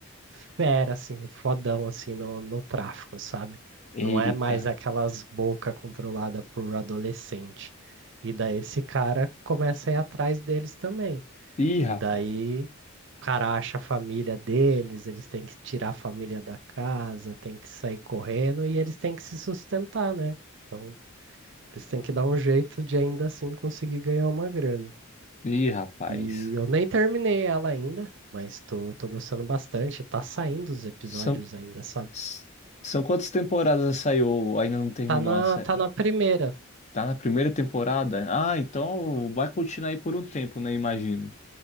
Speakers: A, on the right; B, on the left.
A: fera, assim, fodão, assim, no, no tráfico, sabe? Não
B: Eita.
A: é mais aquelas bocas controladas por adolescente. E daí esse cara começa a ir atrás deles também.
B: Ih,
A: E
B: rapaz.
A: daí cara acha a família deles, eles têm que tirar a família da casa, têm que sair correndo e eles têm que se sustentar, né? Então, eles têm que dar um jeito de ainda assim conseguir ganhar uma grana.
B: Ih, rapaz.
A: E eu nem terminei ela ainda, mas tô, tô gostando bastante. Tá saindo os episódios
B: São,
A: ainda, sabe?
B: s- são quantas temporadas essa aí ou ainda não terminou
A: Tá na,
B: a série?
A: tá na primeira.
B: Tá na primeira temporada? Ah, então vai continuar aí por um tempo, né? Imagino.